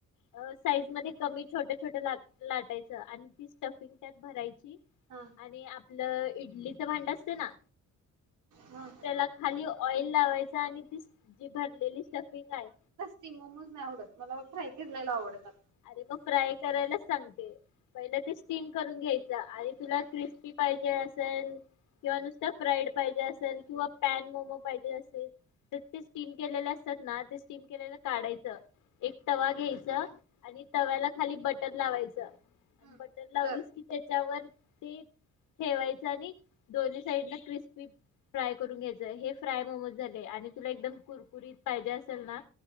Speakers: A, on the left; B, on the right.
A: अं साईज मध्ये कमी, छोट्या छोट्या ला लाटायचं आणि ती स्टफिंग त्यात भरायची.
B: हा.
A: आणि आपलं इडलीचं भांड असते ना,
B: हा
A: त्याला खाली ऑइल लावायचं आणि ती जी भरलेली स्टफिंग आहे
B: ते मोमोज नाही आवडत, मला फ्राय केलेले आवडतात.
A: अरे मग फ्राय करायलाच सांगतेय. पहिलं ते स्टीम करून घ्यायचं आणि तुला क्रिस्पी पाहिजे असेल? किंवा नुसतं पाहिजे फ्राईड पाहिजे असेल? किंवा पॅन मोमो पाहिजे असेल? तर ते स्टीम केलेले असतात ना, ते स्टीम केलेलं काढायचं, एक तवा घ्यायचं आणि तव्याला खाली बटर लावायचं आणि
B: हम्म
A: बटर लावलीस
B: बर
A: कि त्याच्यावर ते ठेवायचं आणि दोन्ही साईडला क्रिस्पी फ्राय करून घ्यायचं. हे फ्राय मोमोज झाले आणि तुला एकदम कुरकुरीत पाहिजे असेल ना?